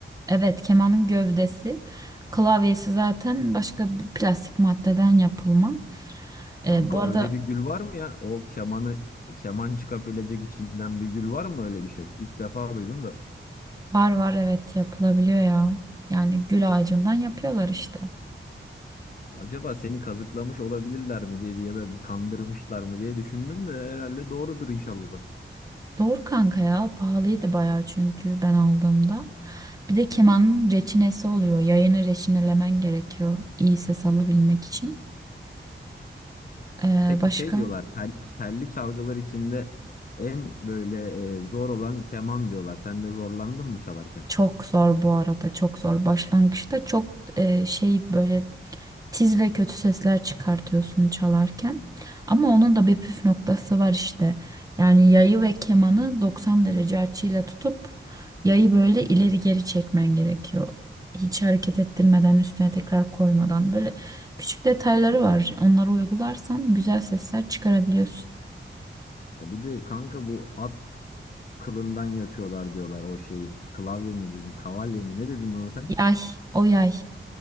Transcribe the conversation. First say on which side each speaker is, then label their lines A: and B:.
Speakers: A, on the right; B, on the left.
A: Evet, kemanın gövdesi. Klavyesi zaten başka bir plastik maddeden yapılma. Ee,
B: Kanka
A: bu arada
B: öyle bir gül var mı ya? O kemanı keman çıkabilecek içinden bir gül var mı öyle bir şey? İlk defa duydum da.
A: Var var evet yapılabiliyor ya. Yani gül ağacından yapıyorlar işte.
B: Acaba seni kazıklamış olabilirler mi diye bir ya da bir kandırmışlar mı diye düşündüm de herhalde doğrudur inşallah.
A: Doğru kanka ya pahalıydı bayağı çünkü ben aldığımda. Bir de kemanın reçinesi oluyor. Yayını reçinelemen gerekiyor iyi ses alabilmek için. Ee,
B: Peki
A: başka?
B: şey diyorlar tel- telli çalgılar içinde en böyle e, zor olan keman diyorlar. Sen de zorlandın mı çalarken?
A: Çok zor bu arada çok zor. Başlangıçta çok e, şey böyle tiz ve kötü sesler çıkartıyorsun çalarken. Ama onun da bir püf noktası var işte. Yani yayı ve kemanı 90 derece açıyla tutup yayı böyle ileri geri çekmen gerekiyor. Hiç hareket ettirmeden üstüne tekrar koymadan böyle küçük detayları var. Onları uygularsan güzel sesler çıkarabiliyorsun.
B: Ya bir de kanka bu at kılından yapıyorlar diyorlar o şeyi. Klavye mi dedin? Kavalye mi? Ne dedin ona sen?
A: Yay, o yay.